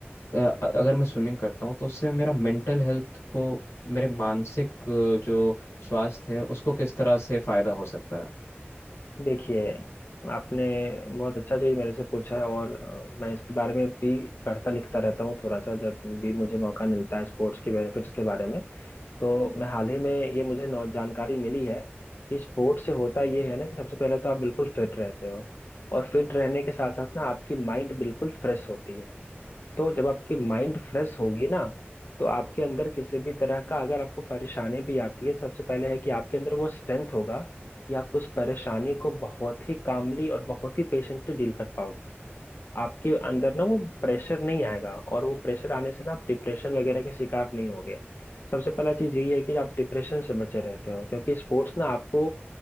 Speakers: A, on the left; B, on the left.
A: अ, अगर मैं स्विमिंग करता हूँ तो उससे मेरा मेंटल हेल्थ को मेरे मानसिक अ, जो स्वास्थ्य है उसको किस तरह से फायदा हो सकता है
B: देखिए आपने बहुत अच्छा चीज मेरे से पूछा है और अ, मैं इसके बारे में भी पढ़ता लिखता रहता हूँ थोड़ा सा जब भी मुझे मौका मिलता है स्पोर्ट्स के बेनिफिट्स के बारे में तो मैं हाल ही में ये मुझे नौ- जानकारी मिली है कि स्पोर्ट्स से होता ये है ना कि सबसे पहले तो आप बिल्कुल फिट रहते हो और फिट रहने के साथ साथ ना आपकी माइंड बिल्कुल फ्रेश होती है तो जब आपकी माइंड फ्रेश होगी ना तो आपके अंदर किसी भी तरह का अगर आपको परेशानी भी आती है सबसे पहले है कि आपके अंदर वो स्ट्रेंथ होगा कि आप उस परेशानी को बहुत ही कामली और बहुत ही पेशेंटली डील कर पाओगे आपके अंदर ना वो प्रेशर नहीं आएगा और वो प्रेशर आने से ना आप डिप्रेशन वगैरह के शिकार नहीं होगे सबसे पहला चीज यही है कि आप डिप्रेशन से बचे रहते हो क्योंकि स्पोर्ट्स ना आपको